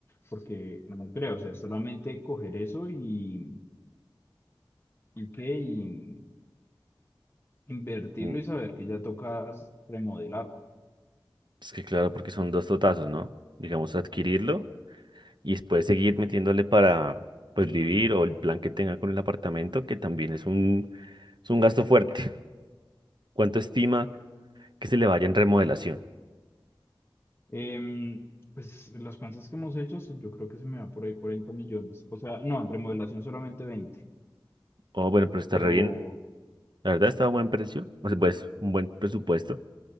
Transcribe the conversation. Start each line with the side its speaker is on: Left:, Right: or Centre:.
Left: Porque no creo, o sea, solamente coger eso y, y qué, y invertirlo
Right: mm,
Left: y saber que ya toca remodelar.
Right: Es que claro, porque son dos totazos, ¿no? Digamos, adquirirlo y después seguir metiéndole para, pues, vivir o el plan que tenga con el apartamento, que también es un, es un gasto fuerte. <laughs> ¿Cuánto estima que se le vaya en remodelación?
Left: Em, pues las cosas que hemos hecho, se- yo creo que se me va por ahí 40 millones. O sea, no, en remodelación solamente 20,
Right: Oh, bueno, pero está
Left: pero
Right: re bien. La verdad está a buen precio, o sea, pues, un buen presupuesto,